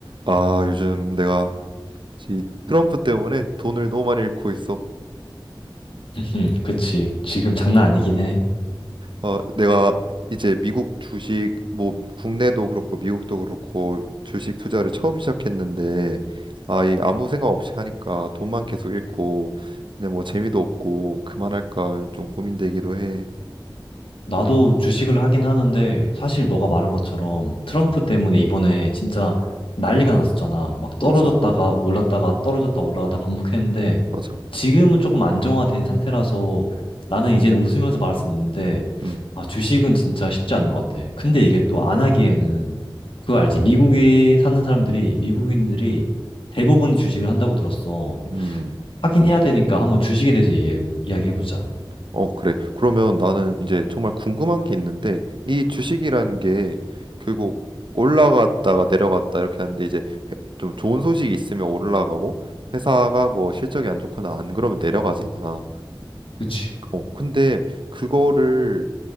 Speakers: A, on the right; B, on the left.
A: 아, 요즘 내가 이 트럼프 때문에 돈을 너무 많이 잃고 있어.
B: 음, 그치. 지금 장난 아니긴 해.
A: 어, 내가 이제 미국 주식, 뭐 국내도 그렇고 미국도 그렇고 주식 투자를 처음 시작했는데, 아, 이 아무 생각 없이 하니까 돈만 계속 잃고 그냥 뭐 재미도 없고 그만할까 좀 고민되기도 해.
B: 나도 주식을 하긴 하는데, 사실 너가 말한 것처럼 트럼프 때문에 이번에 진짜 난리가 났었잖아. 막 떨어졌다가
A: 맞아,
B: 올랐다가 떨어졌다 올라갔다 반복했는데,
A: 맞아.
B: 지금은 조금 안정화된 상태라서 나는 이제는 웃으면서 말할 수 있는데,
A: 음,
B: 아, 주식은 진짜 쉽지 않은 것 같아. 근데 이게 또 안 하기에는, 그거 알지? 미국에 사는 사람들이, 미국인들이 대부분이 주식을 한다고 들었어.
A: 음.
B: 하긴 해야 되니까 한번 주식에 대해서 얘기, 이야기해보자.
A: 어, 그래. 그러면 나는 이제 정말 궁금한 게 있는데, 이 주식이라는 게 결국 올라갔다가 내려갔다 이렇게 하는데, 이제 회- 좀 좋은 소식이 있으면 올라가고, 회사가 뭐 실적이 안 좋거나 안 그러면 내려가잖아.
B: 그치?
A: 어, 근데 그거를